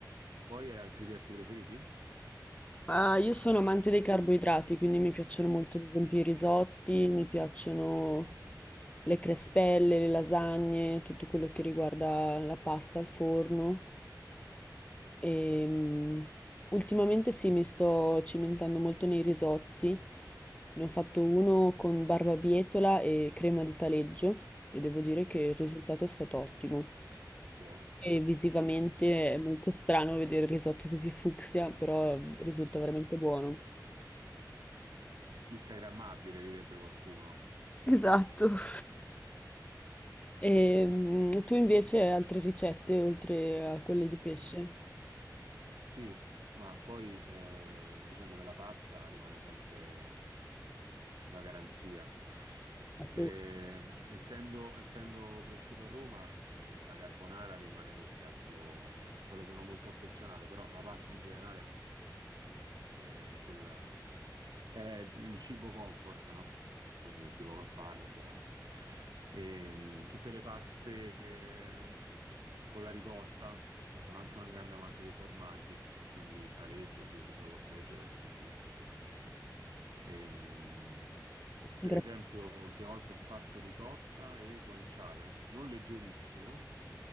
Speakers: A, on the right; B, on the left.
A: Poi hai altri piatti preferiti?
B: Ah, io sono amante dei carboidrati, quindi mi piacciono molto, ad esempio, i risotti, mi piacciono le crespelle, le lasagne, tutto quello che riguarda la pasta al forno. E, mh, ultimamente sì, mi sto cimentando molto nei risotti. Ne ho fatto uno con barbabietola e crema di taleggio e devo dire che il risultato è stato ottimo.
A: Buono.
B: E visivamente è molto strano vedere il risotto così fucsia, però risulta veramente buono.
A: Instagrammabile, direbbe qualcuno.
B: Esatto. <laughs> E tu invece hai altre ricette oltre a quelle di pesce?
A: Sì, ma poi eh, diciamo che la pasta rimane sempre mm, la garanzia.
B: Ah, sì,
A: Eh, essendo, essendo cresciuto a Roma, eh, la carbonara rimane quel piatto al quale sono molto affezionato, però la pasta in generale eh, quella- Era il il cibo comfort, no? Poi ci metti poco a farlo, è buono. Ehm, tutte le paste eh, con la ricotta, Io sono anche un grande amante dei formaggi, quindi il taleggio, sì, il riso col taleggio deve essere buonissimo. Ehm,
B: grazie.
A: per esempio, l'ultima volta ho fatto ricotta e guanciale, non leggerissimo,